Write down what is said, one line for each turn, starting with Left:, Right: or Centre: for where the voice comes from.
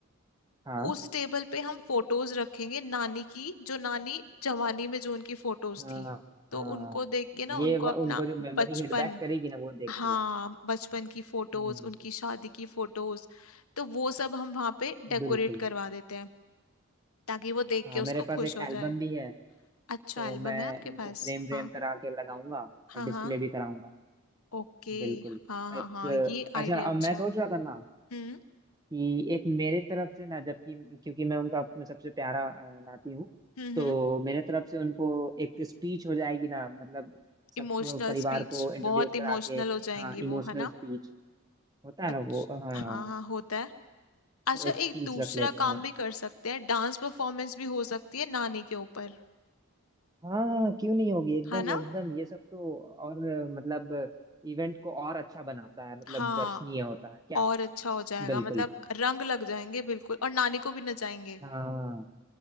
Right: हाँ
Left: उस टेबल पे हम फोटोज रखेंगे नानी की जो नानी जवानी में जो उनकी फोटोज
Right: हाँ
Left: थी तो
Right: हाँ
Left: उनको देख के ना
Right: ये
Left: उनको
Right: व,
Left: अपना
Right: उनको जो मेमोरी
Left: बचपन
Right: हिट बैक करेगी ना वो देख
Left: हाँ
Right: के
Left: बचपन की फोटोज
Right: हम्म
Left: उनकी शादी की फोटोज तो वो सब हम वहां पे डेकोरेट
Right: बिल्कुल
Left: करवा देते हैं ताकि वो देख
Right: हाँ
Left: के उसको
Right: मेरे पास
Left: खुश
Right: एक
Left: हो
Right: एल्बम
Left: जाए
Right: भी है
Left: अच्छा
Right: तो
Left: एल्बम
Right: मैं
Left: है आपके
Right: उनको
Left: पास
Right: फ्रेम व्रेम
Left: हाँ
Right: करा के लगाऊंगा
Left: हाँ
Right: और डिस्प्ले
Left: हाँ
Right: भी कराऊंगा
Left: ओके
Right: बिल्कुल
Left: हाँ हाँ
Right: एक
Left: हाँ ये आइडिया
Right: अच्छा अब
Left: अच्छा
Right: मैं
Left: है
Right: सोच रहा था ना
Left: हम्म
Right: कि एक मेरे तरफ से ना जबकि क्योंकि मैं उनका अपने सबसे प्यारा अ, नाती हूँ
Left: हम्म
Right: तो
Left: हम्म
Right: मेरे तरफ से उनको एक स्पीच हो जाएगी ना मतलब सब
Left: इमोशनल
Right: पूरे परिवार
Left: स्पीच
Right: को इंट्रोड्यूस
Left: बहुत
Right: करा
Left: इमोशनल
Right: के
Left: हो जाएंगी
Right: हाँ इमोशनल
Left: वो है ना
Right: स्पीच होता है
Left: अच्छा
Right: ना वो हाँ
Left: हाँ हाँ होता है अच्छा
Right: तो एक स्पीच
Left: एक दूसरा
Right: रख लेते
Left: काम
Right: हैं
Left: भी कर सकते हैं डांस परफॉर्मेंस भी हो सकती है नानी के ऊपर
Right: हाँ हाँ क्यों नहीं होगी एकदम
Left: है ना
Right: एकदम ये सब तो और अ, मतलब इवेंट को और अच्छा बनाता है मतलब
Left: हाँ
Right: दर्शनीय होता है क्या
Left: और अच्छा हो जाएगा
Right: बिल्कुल
Left: मतलब रंग लग जाएंगे बिल्कुल और नानी को भी नचाएंगे
Right: हाँ